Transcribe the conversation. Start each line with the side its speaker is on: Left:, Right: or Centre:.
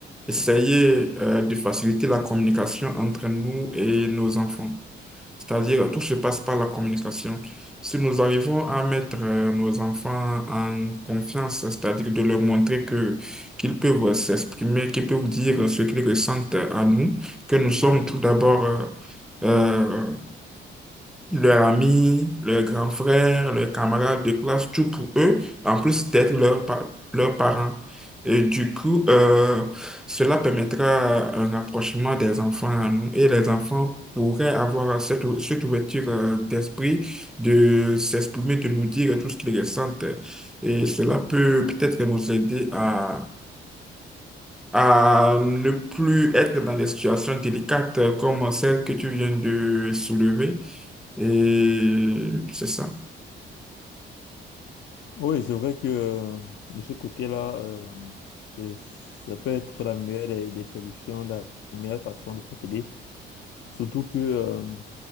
Centre: essayer euh, de faciliter la communication entre nous et nos enfants. C'est-à-dire, tout se passe par la communication. Si nous arrivons à mettre euh, nos enfants en confiance, c'est-à-dire de leur montrer que qu'ils peuvent s'exprimer, qu'ils peuvent dire ce qu'ils ressentent à nous, que nous sommes tout d'abord euh, euh, leurs amis, leurs grands frères, leurs camarades de classe, tout pour eux, en plus d'être leurs par- leurs parents. Et du coup, euh, cela permettra un rapprochement des enfants à nous et les enfants pourraient avoir cette, ou- cette ouverture euh, d'esprit de s'exprimer, de nous dire tout ce qu'ils ressentent. Et cela peut peut-être nous aider à à ne plus être dans des situations délicates comme celle que tu viens de soulever. Et c'est ça.
Left: Oui, c'est vrai que euh, de ce côté-là, euh, c'est- ça peut être la meilleure des, des solutions, la meilleure façon de procéder. Surtout que euh,